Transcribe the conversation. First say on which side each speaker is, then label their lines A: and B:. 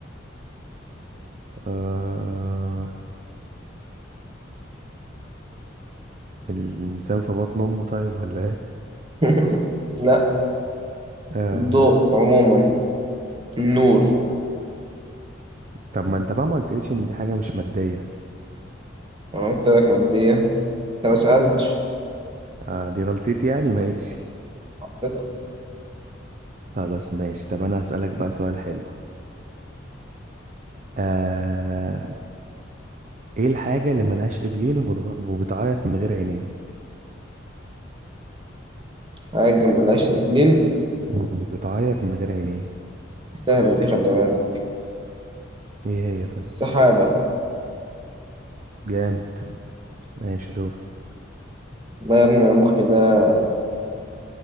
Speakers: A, on the right; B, on the right.
A: آه الانسان في بطن امه طيب ولا ايه
B: <laughs> لا
A: آه
B: الضوء عموما النور
A: طب ما انت بقى ما قلتليش ان دي حاجه مش ماديه
B: أنا قلت لك مادية أنت ما سألتش
A: آه دي غلطتي يعني ماشي
B: حطيتك
A: خلاص ماشي طب انا هسألك بقى سؤال حلو آه... ايه الحاجة اللي ملهاش رجلين وبتغ... وبتعيط من غير عينين
B: حاجة ملهاش رجلين
A: <laughs> مم، وبتعيط من غير عينين
B: سهلة دي خلي بالك
A: ايه هي طيب
B: السحابة
A: جامد ماشي دور
B: لا يا ابني أنا مخي ده